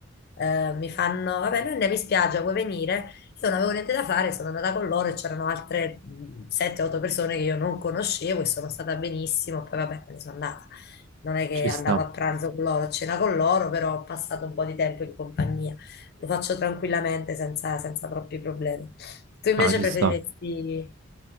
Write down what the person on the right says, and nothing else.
ci
sta,
ah, ci
sta.